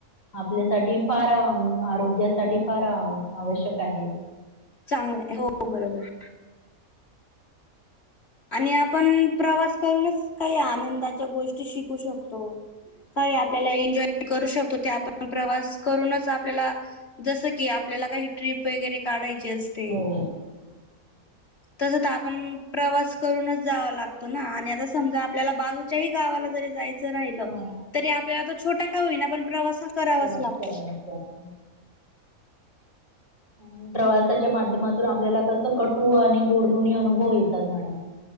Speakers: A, on the left; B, on the left.
A: आपल्यासाठी फारं आरोग्यासाठी फारं आवश्यक आहे.
B: चांगलाय हो बरोबर आणि आपण प्रवास करूनच काई आनंदाच्या गोष्टी शिकू शक तो. काय आपल्याला एन्जॉय करू शकतो ते आपण प्रवास करूनच आपल्याला जसं की आपल्याला काही ट्रिप वगैरे काढायची असते.
A: हो
B: तसं त आपण प्रवास करूनच जावा लागतो ना आणि आता समजा आपल्याला बाजूच्याही गावाला जरी जाय चं राहील
A: हो
B: तरी आपल्याला तो छोटा का होईना पण प्रवास हा करावाच
A: प्रवास
B: लागतो.
A: करावाच लागतो. आणि प्रवासाच्या माध्यमांतून आपल्याला कसं कटू आणि गोड दोन्ही अनुभव येतात मॅडम